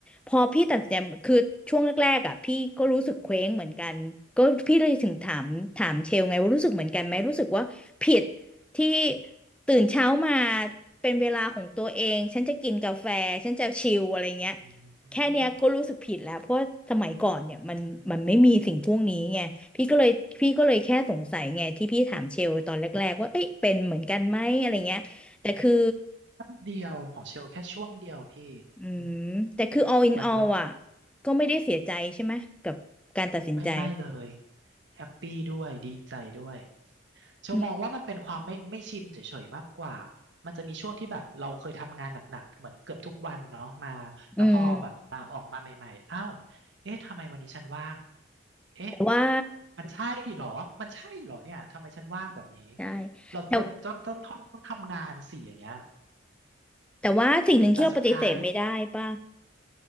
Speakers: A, in the centre; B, on the right.
A: พอพี่ตัดสินใจคือช่วงแรกๆอ่ะพี่ก็รู้สึกเคว้งเหมือนกันก็พี่เลยถึงถามถามเชลไงว่ารู้สึกเหมือนกันไหมรู้สึกว่าผิดที่ตื่นเช้ามาเป็นเวลาของตัวเองฉันจะกินกาแฟฉันจะชิลอะไรเงี้ย
B: อืมอืม
A: แค่เนี้ยก็รู้สึกผิดแล้วเพราะว่าสมัยก่อนเนี่ยมันมันไม่มีสิ่งพวกนี้ไง
B: อืมอืมอืมอืม
A: พี่ก็เลยพี่ก็เลยแค่สงสัยไงที่พี่ถามเชลตอนแรกๆว่าเอ้ยเป็นเหมือนกันไหมอะไรเงี้ยแต่คือ
B: แป๊บเดียวของเชลแค่ช่วงเดียวพี่อืม
A: อืมแต่คือ all in
B: เหมือนเรา
A: all อ่ะก็ไม่ได้เสียใจใช่ไหมกับการตัดสินใจ
B: ไม่ไม่เลยแฮปปี้ด้วยดีใจด้วยเชลมองว่ามันเป็นความไม่ไม่ชินเฉยๆมากกว่า
A: อืม
B: มันจะมีช่วงที่แบบเราเคยทำงานหนักๆเหมือนเกือบทุกวันเนาะมาแล้วพอแบบลาออกมาใหม่ๆอ้าว
A: อืม
B: เอ๊ะทำไมวันนี้ฉันว่าง เอ๊ะ
A: แต่ว่า
B: มันใช่เหรอมันใช่เหรอเนี่ยทำไมฉันว่างแบบนี้
A: ใช่
B: เราควรต้องต้องต้องต้องทำงานสิอย่างเงี้ย
A: แต่แต่ว่าสิ่งหนึ่งที่เราปฏิเสธไม่ได้ป่ะ
B: แต่สุดท้าย